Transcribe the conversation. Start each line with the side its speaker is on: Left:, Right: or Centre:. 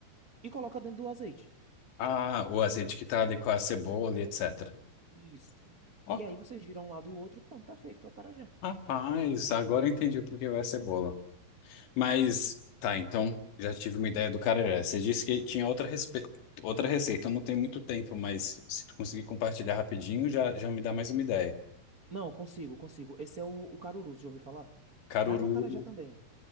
Right: e coloca dentro do azeite.
Left: Ah, o azeite que tá ali com a cebola e etc.
Right: Isso.
Left: Ó,
Right: E aí você gira um lado e o outro, pronto, tá feito, é o acarajé.
Left: rapaz, agora eu entendi por que vai a cebola. Mas, tá, então já tive uma ideia do carajé. Você disse que tinha outra, respe... outra receita. Eu não tenho muito tempo, mas se tu conseguir compartilhar rapidinho, já, já me dá mais uma ideia.
Right: Não, consigo, consigo. Esse é o, o caruru, já ouviu falar?
Left: Caruru,
Right: Vai no acarajé também.